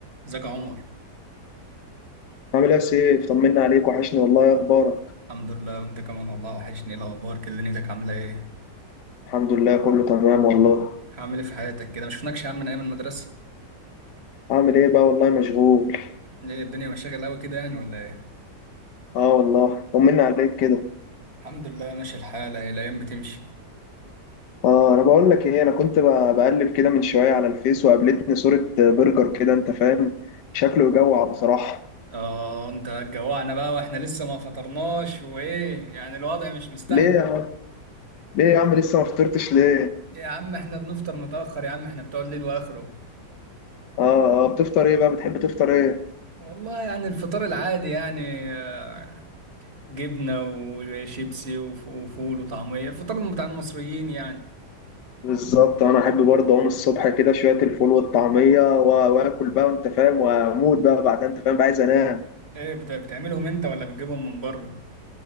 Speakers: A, on the right; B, on the left.
A: ازيك يا عمر
B: عامل ايه يا سيف طمنا عليك وحشني والله ايه اخبارك
A: الحمد لله وانت كمان والله وحشني ايه الاخبار كده دنيتك عامله ايه
B: الحمد لله كله تمام والله
A: عامل ايه في حياتك كده ما شفناكش يا عم من ايام المدرسه
B: عامل ايه بقى والله مشغول
A: ايه الدنيا مشاغل قوي كده يعني ولا ايه
B: اه والله طمنا عليك كده
A: الحمد لله ماشي الحال اهي الايام بتمشي
B: اه انا بقول لك ايه انا كنت ب- بقلب كده من شويه على الفيس وقابلتني صوره برجر كده انت فاهم شكله يجوع بصراحه
A: اه انت هتجوعنا بقى واحنا لسه ما فطرناش وايه يعني الوضع مش مستحمل
B: ليه يا عم ليه يا عم لسه ما فطرتش ليه
A: إيه يا عم احنا بنفطر متاخر يا عم احنا بتوع الليل واخره
B: اه اه بتفطر ايه بقى بتحب تفطر ايه
A: والله يعني الفطار العادي يعني آه، جبنه وشيبسي وف- وفول وطعميه الفطار بتاع المصريين يعني
B: بالظبط انا احب برضه اقوم الصبح كده شويه الفول والطعميه وا- واكل بقى انت فاهم واموت بقى بعدها انت فاهم بقى عايز انام
A: ايه بت- بتعملهم انت ولا بتجيبهم من بره